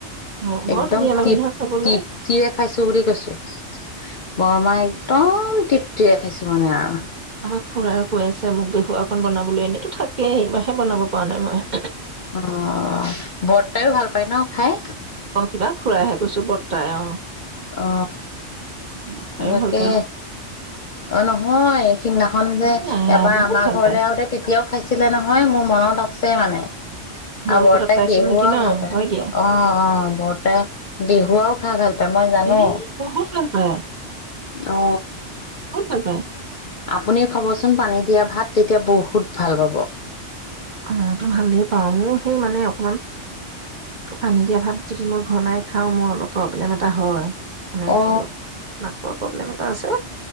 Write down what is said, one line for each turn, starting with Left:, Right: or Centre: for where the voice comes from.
Right: অ', বৰ
Left: একদম
Right: ধুনীয়া লাগে
Left: তৃপ
Right: নহয় খাবলৈ
Left: তৃপ্তিৰে খাইছো বুলি কৈছো বৰমা একদম তৃপ্তিৰে খাইছো মানে আৰু
Right: আমাক খুৰাৰে কৈ আছে মোক বিহুৱকন বনাবলৈ এনেইতো থাক স বাহে বনাব পৰা নাই মই
Left: অ ব তাইয়ো ভাল পায় ন খাই
Right: অ কিবা খুৰাইহে কৈছো বৰ্তাই অ
Left: অ
Right: বৰ্তাই
Left: তনেকে
Right: ভাল পায়
Left: অ নহয় সিদিনাখন যে
Right: এ আই
Left: এবাৰ
Right: বহুত
Left: আমাৰ
Right: ভাল
Left: ঘৰলৈ
Right: পায়
Left: আহোতে তেতিয়াও খাইছিলে নহয় মোৰ মনত আছে মানে
Right: তোমালোকৰ
Left: আৰু বৰ্তাই
Right: তাত পাইছিল
Left: বিহুৱাও
Right: নেকি ন
Left: ভাল পায়
Right: হয়
Left: অ
Right: দিয়া
Left: অ বৰ্তাই বিহুৱাও খাই ভাল পায় মই জানো
Right: এ বহুত ভাল পায়
Left: অ
Right: বহুত ভাল পায়
Left: আপুনি খাবচোন পানী দিয়া ভাত তেতিয়া বহুত ভাল পাব
Right: অ তো ভালেই পাওঁ মোৰ সেই মানে অকমান পানী দিয়া ভাত যদি মই ঘনাই খাওঁ মোৰ অলপ প্ৰব্লেম এটা হয় মানে
Left: অ
Right: অলপ নাকৰ প্ৰব্লেম এটা আছে